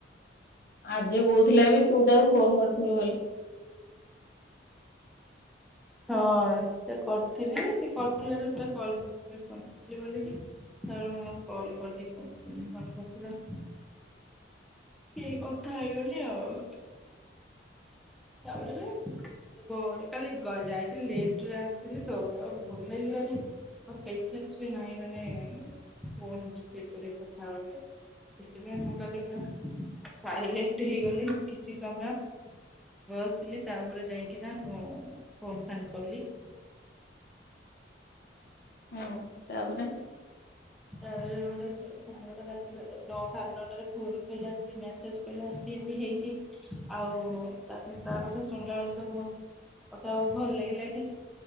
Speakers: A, on the left (about 55°); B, in the centre.
A: ଆର୍ଜେ କହୁଥିଲା ବି ତୁ ତାକୁ ଫୋନ କରିଥିଲୁ ବୋଲି।
B: ହଁ ସେତ କରିଥିଲି। ସେ କରିଥିଲା ମୁଁ ତା କଲ ରିସିଭ୍ କରିନଥିଲି ବୋଲିକି। ତେଣୁ ମୁଁ କରିଦେଲି କରିଦିଏ <inaudible> କଲ୍ କରିଥିଲା। ଏଇ କଥା ହେଇଗଲି ଆଉ। <inaudible> କାଲି ଯାଇଥିଲି ଲେଟ ରେ ଆସିଲି ତ? ଭଲ ଲାଗିଲାନି। ଆଉ ପେସେନ୍ସ ବି ନାହିଁ ମାନେ ଫୋନ୍ ରିସିଭ୍ କରିକି କଥା ହବା ପାଇଁ। ସେଥିପାଇଁ ମୁଁ କାଲି ପୁରା ସାଇଲେଣ୍ଟ ହେଇଗଲି କିଛି ସମୟ। ବସିଲି ତାପରେ ଯାଇକିନା ମୁଁ ଫୋନ ଫାନ୍ କଲି।
A: ହୁଁ ତାପରେ।
B: ଯାହାବି ହେଲେ ଗୋଟେ ସେ ସାଙ୍ଗଟେ ରାତି ନଅ, ସାଢେ ନଅଟାରେ ଫୋନ୍ କଲା ଯେ ମେସେଜ କଲା ଏମିତି ଏମିତି ହେଇଛି। ଆଉ ତାପ ତା କଥା ଶୁଣିଲା ବେଳକୁତ ବୋହୁତ୍ ମତେ ଆଉ ଭଲ ଲାଗିଲାନି।